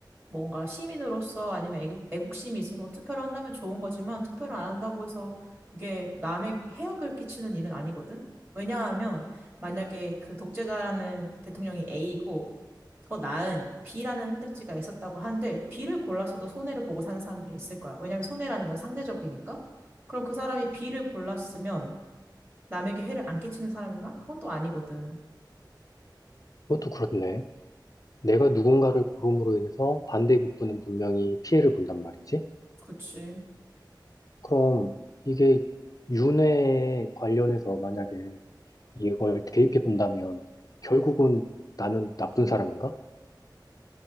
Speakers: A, on the right (about 30°); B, on the left (about 50°).
A: 뭔가 시민으로서 아니면 애국, 애국심이 있어서 투표를 한다면 좋은 거지만 투표를 안 한다고 해서 그게 남의 해악을 끼치는 일은 아니거든? 왜냐하면 만약에 그 독재자라는 대통령이 A이고 더 나은 B라는 선택지가 있었다고 한들 B를 골라서도 손해를 보고 사는 사람들이 있을 거야. 왜냐하면 손해라는 건 상대적이니까. 그럼 그 사람이 B를 골랐으면 남에게 해를 안 끼치는 사람인가? 그건 또 아니거든.
B: 그것도 그렇네. 내가 누군가를 고름으로 인해서 반대급부는 분명히 피해를 본단 말이지.
A: 그치.
B: 그럼 이게 윤회 관련해서 만약에 이걸 대입해 본다면 결국은 나는 나쁜 사람인가?